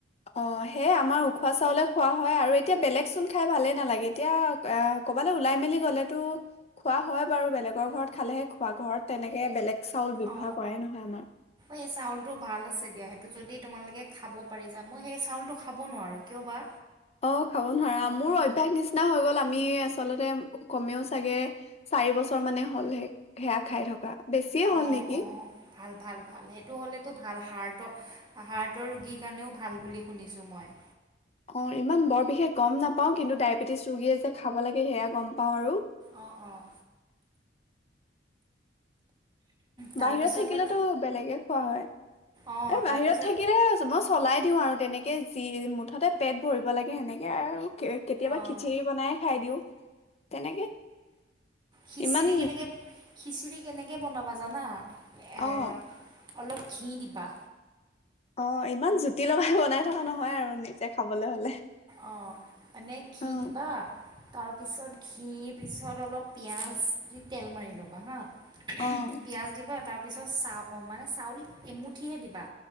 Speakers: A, on the left; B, on the right.
A: অ সেই আমাৰ উখোৱা চাউলে খোৱা হয় আৰু এতিয়া বেলেগ চোন খাই ভালেই নালাগে এতিয়া ক'বালে ওলাই মেলি গলেতো খোৱা হয় বাৰু বেলেগৰ ঘৰত খালেহে খোৱা ঘৰত তেনেকে বেলেগ চাউল ব্যৱহাৰ
B: অ
A: কৰাই নহয় আমাৰ
B: এই চাউলটো ভাল আছে দিয়া সেইটো যদি তোমালোকে খাব পাৰিছা মই সেই চাউলটো খাব নোৱাৰো কিয় বা
A: অ খাব নোৱাৰা মোৰ অভ্য়াস নিচিনা হৈ গ'ল আমি আচলতে কমেও চাগে চাৰি বছৰ মানে হ'ল সে সেয়া খাই থকা বেছিয়ে হ'ল
B: অ
A: নেকি
B: অ ভাল ভাল ভাল সেইটো হ'লেতো ভাল হাৰ্ট হাৰ্টৰ ৰোগীৰ কাৰণেও ভাল বুলি শুনিছোঁ মই
A: অ ইমান বৰ বিশেষ গম নাপাওঁ কিন্তু ডায়েবেটিছ ৰোগীয়ে যে খাব লাগে সেয়া গম পাওঁ আৰু
B: অঁ অঁ তাৰপিছত
A: বাহিৰত থাকিলেতো
B: মানে
A: বেলেগে খোৱা হয়
B: অঁ
A: এ বাহিৰত
B: তাৰপিছত
A: থাকিলে মই চলাই দিও আৰু তেনেকে মুঠতে পেট ভৰিব লাগে সেনেকে আৰু কে কেতিয়াবা
B: অঁ
A: খিচিৰি বনাইে খাই দিওঁ তেনেকে
B: খিচিৰি
A: ইমান
B: কেনেকে খিচিৰি কেনেকে বনাব জানা এ
A: অঁ
B: অলপ ঘি দিবা
A: অ 'ইমান জুতি লগাই বনাই থকা নহয় আৰু নিজে খাবলৈ হলে
B: অ' মানে ঘি
A: অ
B: দিবা। তাৰপিছত ঘি পিছত অলপ পিঁয়াজ দি তেল মাৰি ল'বা হাঁ।
A: অ
B: পিয়াজ দিবা। তাৰপিছত চা মানে চাউল এমুঠিহে দিবা।